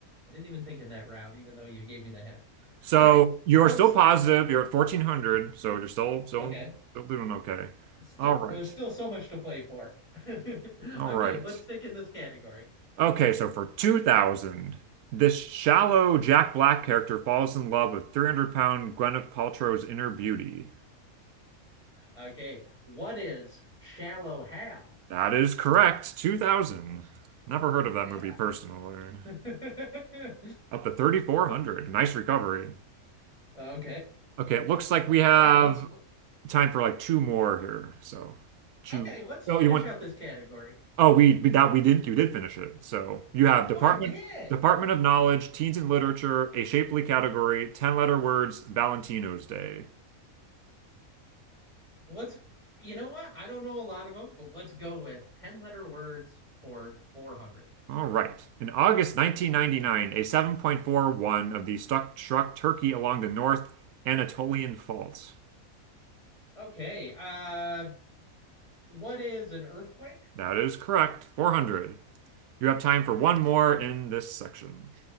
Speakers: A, on the left (about 20°); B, on the right (about 80°).
A: I didn't even think in that round, even though you gave me the hint.
B: so
A: All right,
B: you're
A: let's,
B: still positive. You're at 1400, so you're still still,
A: okay.
B: still doing okay.
A: still
B: All right.
A: well, there's still so much to play for. <laughs>
B: All
A: okay,
B: right.
A: let's stick in this category.
B: Okay, so for 2000, this shallow Jack Black character falls in love with 300-pound Gwyneth Paltrow's inner beauty.
A: Okay, what is shallow Hal?
B: That is correct. 2000. Never heard of
A: Yeah.
B: that movie personally.
A: <laughs> okay.
B: Up to 3400. Nice recovery.
A: All
B: Okay, it looks like we have
A: right, let's
B: time for like two more here. So two.
A: okay, let's finish
B: Oh, you want
A: out this category.
B: oh we we that we did you did finish it. So you have Department
A: Oh, I did.
B: Department of Knowledge, Teens and Literature, a shapely category, 10 letter words, Valentino's Day.
A: Let's you know what? I don't know a lot of them, but let's go with 10 letter words for 400.
B: All right. In August 1999, a 7.41 of the stuck struck Turkey along the North Anatolian Fault.
A: Okay. Uh what is an earthquake?
B: That is correct. 400. You have time
A: Yeah.
B: for one more in this section.